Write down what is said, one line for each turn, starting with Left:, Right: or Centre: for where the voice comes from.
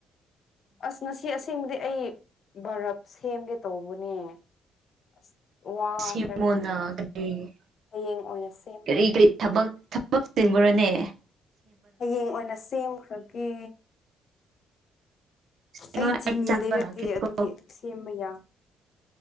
Left: ꯑꯁ ꯉꯁꯤ ꯑꯁꯦꯡꯕꯗꯤ ꯑꯩ ꯕꯔꯞ ꯁꯦꯝꯒꯦ ꯇꯧꯕꯅꯦ ꯑꯁ ꯋꯥꯈ꯭ꯔꯦꯕ
Right: ꯁꯦꯝꯃꯣꯅ ꯀꯔꯤ
Left: ꯍꯌꯦꯡ ꯑꯣꯏꯅ ꯁꯦꯝꯕꯒꯅꯦ
Right: ꯀꯔꯤ ꯀꯔꯤ ꯊꯕꯛ ꯊꯕꯛ ꯆꯤꯟꯕꯔꯣꯅꯦ
Left: ꯍꯌꯦꯡ ꯑꯣꯏꯅ ꯁꯦꯝꯈ꯭ꯔꯒꯦ
Right: ꯀꯩꯅꯣ
Left: ꯑꯩ ꯆꯤꯅꯤ
Right: ꯆꯥꯕ
Left: ꯂꯩꯔꯛꯇꯦ
Right: ꯂꯥꯛꯀꯦꯀꯣ
Left: ꯑꯗꯨꯒꯤ ꯁꯦꯝꯕ ꯌꯥ